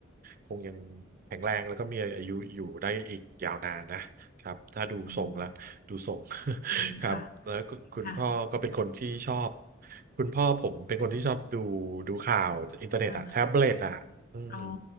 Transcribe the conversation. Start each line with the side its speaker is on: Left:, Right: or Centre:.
Right: คงยังแข็งแรงแล้วก็มีอายุอยู่ได้อีกยาวนานนะครับถ้าดูทรงละดูทรง
Left: อืมดีค่ะ
Right: <laughs> ครับแล้วคุณคุณพ่อก็เป็นคนที่ชอบ
Left: ค่ะ
Right: คุณพ่อผมเป็นคนที่ชอบดูดูข่าวอินเทอร์เน็ตอะแท็บเล็ตอะอืม
Left: ค่ะอ๋อ